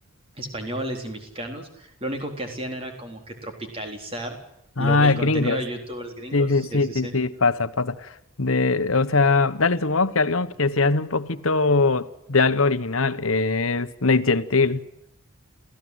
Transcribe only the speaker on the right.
españoles y mexicanos lo único que hacían era como que tropicalizar
lo- el contenido
de youtubers gringos.
Sí,
sí, sí.